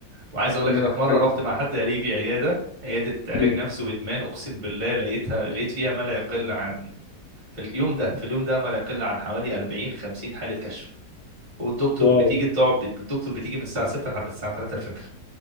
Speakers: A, on the right; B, on the left.
A: وعايز اقول لك
B: لا
A: انا في مره
B: حلو.
A: رحت مع حد قريبي عياده عياده علاج
B: مم.
A: نفسي وادمان اقسم بالله لقيتها لقيت فيها ما لا يقل عن في اليوم ده في اليوم ده ما لا يقل عن حوالي 40 50 حاله كشف والدكتور
B: واو
A: بتيجي تقعد الدكتور بتيجي من الساعه 6 لحد الساعه 3 الفجر